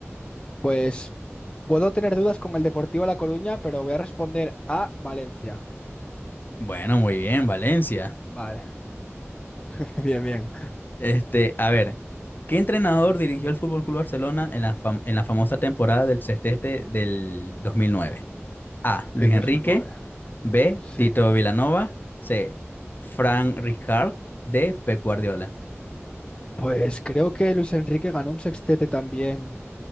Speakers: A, on the left; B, on the left.
A: pues puedo tener dudas con el Deportivo La Coruña, pero voy a responder a Valencia.
B: Bueno, muy bien, Valencia.
A: Vale, <laughs> bien, bien.
B: Este, a ver, ¿qué entrenador dirigió el Fútbol Club Barcelona en la, fam- en la famosa temporada del sextete del 2009? A, Luis
A: Del
B: Enrique.
A: 2009.
B: B,
A: Sí.
B: Tito Vilanova. C, Frank Rijkaard. D, Pep Guardiola.
A: Pues creo que Luis Enrique ganó un sextete también.